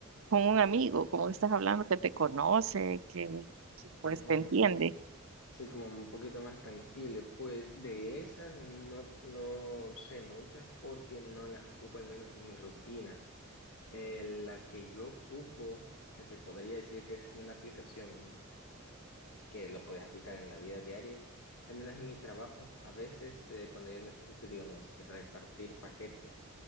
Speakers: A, on the right; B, on the left.
A: con un amigo, como que estás hablando, que te conoce, que que, pues
B: ajá.
A: te entiende.
B: Sí, como un poquito más tangible. Pues de esas no, no sé muchas porque no las ocupo al menos en mi rutina. Eh, la que yo ocupo, que se podría decir que es una aplicación que lo puedes aplicar en la vida diaria, al menos en mi trabajo, a veces eh, cuando yo necesito, digamos, repartir paquetes